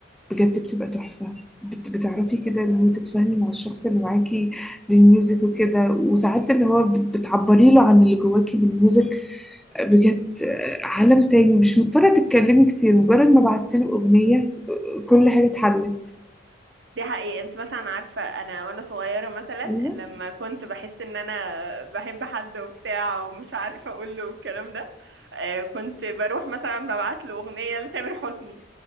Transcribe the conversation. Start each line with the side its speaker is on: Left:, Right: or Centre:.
Centre: بجد بتبقى تحفة بت- بتعرفي كده اللي هو تتفاهمي مع الشخص اللي معاكي بالميوزك وكده وساعات اللي هو ب- بتعبري له عن اللي جواكي بالميوزك بجد آه، عالم تاني مش مضطرة تتكلمي كتير مجرد ما بعتي له أغنية كل حاجة اتحلت
Right: دي حقيقة انت مثلا عارفة انا وانا صغيرة مثلا
Centre: أيوة
Right: لما كنت بحس ان انا بحب حد وبتاع ومش عارفة اقول له الكلام ده آه، كنت بروح مثلا ببعت له اغنية لتامر حسني